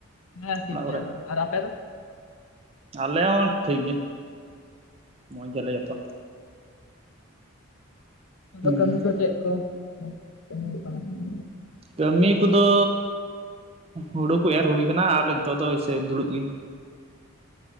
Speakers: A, on the left; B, on the right.
A: ᱦᱮᱸ ᱴᱷᱤᱠ
B: ᱚᱲᱟᱜ
A: ᱜᱮᱭᱟᱞᱮ᱾
B: ᱠᱚᱨᱮ
A: ᱟᱨ ᱟᱯᱮ ᱫᱚ?
B: ᱟᱞᱮ ᱦᱚᱸ ᱴᱷᱤᱠ ᱜᱮ᱾ ᱢᱚᱡᱽ ᱜᱮᱭᱟᱞᱮ ᱡᱚᱛᱚ᱾ ᱦᱩᱸ
A: <inaudible> ᱠᱟᱹᱢᱤ ᱠᱚ ᱪᱮᱫ ᱠᱚ <inaudible>
B: ᱠᱟᱹᱢᱤ ᱠᱚᱫᱚ ᱦᱩᱲᱩ ᱠᱚ ᱮᱨ ᱦᱩᱭᱩ ᱠᱟᱱᱟ ᱟᱨ ᱱᱤᱛᱚᱜ ᱫᱚ ᱮᱭᱥᱮ ᱫᱩᱲᱩᱵ ᱜᱮ᱾